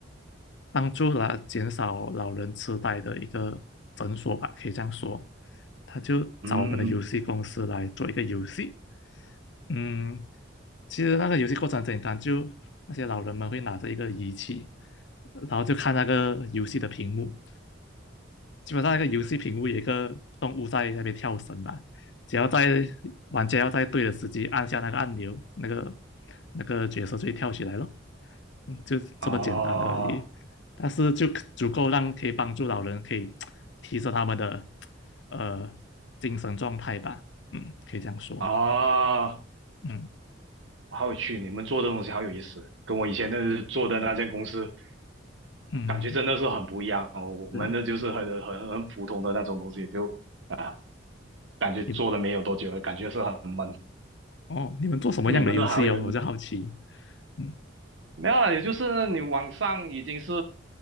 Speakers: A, on the left (about 65°); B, on the right (about 75°).
A: 帮助啦减少老人痴呆的一个诊所吧，可以这样说。他就找我们的游戏公司来做一个游戏。
B: 嗯，
A: 嗯，其实那个游戏过程很简单，就那些老人们会拿着一个仪器，然后就看那个游戏的屏幕，基本上那个游戏屏幕有一个动物在那边跳绳嘛，只要在玩家要在对的时机按下那个按钮，那个那个角色就会跳起来咯。嗯就这么简单而已。
B: 啊
A: 但是就足够让可以帮助老人可以提升他们的呃精神状态吧。嗯，可以这样说。
B: 啊，
A: 嗯
B: 好有趣！你们做的东西好有意思，跟我以前那做的那间公司
A: 嗯，
B: 感觉真的是很不一样哦。我们的就是很很很普通的那种东西，
A: 是啊，
B: 就啊，感觉做了没有多久，
A: 你
B: 感觉是很
A: 哦，你们做什么样的游戏哦？
B: 你们的还有
A: 我就好奇。嗯
B: 没有了，也就是你网上已经是